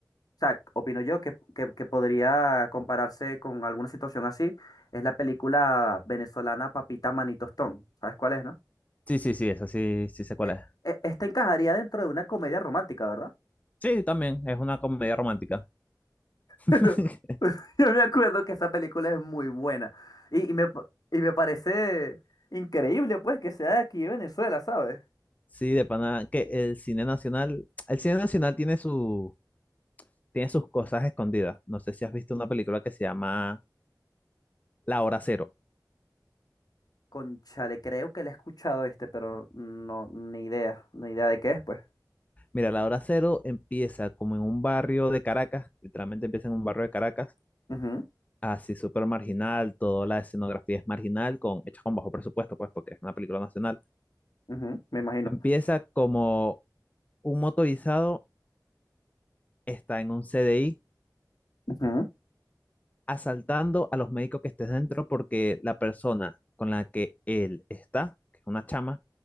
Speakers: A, on the left; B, on the left.
A: o sea, opino yo que, que, que podría compararse con alguna situación así, es la película venezolana Papita Manitostón. ¿Sabes cuál es, no?
B: Sí, sí, sí, esa sí, sí sé cuál
A: e-
B: es.
A: e- Esta encajaría dentro de una comedia romántica, ¿verdad?
B: Sí, también, es una comedia romántica. <laughs>
A: <laughs> yo me acuerdo que esa película es muy buena. Y, y me, pa- y me parece increíble, pues, que sea de aquí de Venezuela, ¿sabes?
B: Sí, de pana, que el cine nacional, el cine nacional tiene su, tiene sus cosas escondidas. No sé si has visto una película que se llama La Hora Cero.
A: Conchale, creo que la he escuchado este, pero no, ni idea, ni idea de qué es, pues.
B: Mira, La Hora Cero empieza como en un barrio de Caracas, literalmente empieza en un barrio de Caracas,
A: Ujú,
B: así súper marginal, toda la escenografía es marginal, con, hecha con bajo presupuesto, pues, porque es una película nacional.
A: ujú, me imagino.
B: Empieza como un motorizado está en un CDI
A: Ujú,
B: asaltando a los médicos que estés dentro porque la persona con la que él está, que es una chama,